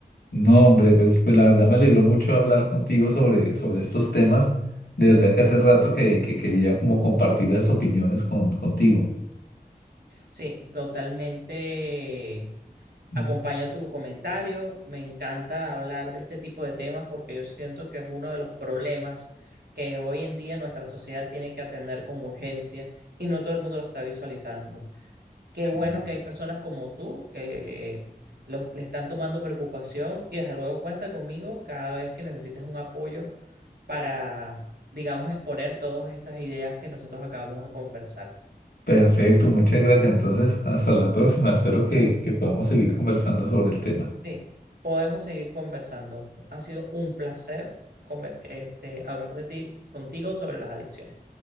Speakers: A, on the left; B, on the right.
A: No, hombre, pues, pues la verdad me alegró mucho hablar contigo sobre, sobre estos temas. De verdad que hace rato que, que quería como compartir las opiniones con, contigo.
B: Sí, totalmente
A: Mm.
B: Acompaño tu comentario. Me encanta hablar de este tipo de temas porque yo siento que es uno de los problemas que hoy en día nuestra sociedad tiene que atender con urgencia y no todo el mundo lo está visualizando. Qué
A: Sí.
B: bueno que hay personas como tú que los, le están tomando preocupación y desde luego cuenta conmigo cada vez que necesites un apoyo para, digamos, exponer todas estas ideas que nosotros acabamos de conversar.
A: Perfecto, muchas gracias. Entonces, hasta la próxima. Espero que, que podamos seguir
B: Sí.
A: conversando sobre el tema.
B: Sí, podemos seguir conversando. Ha sido un placer conver- este, hablar de ti, contigo sobre las adicciones.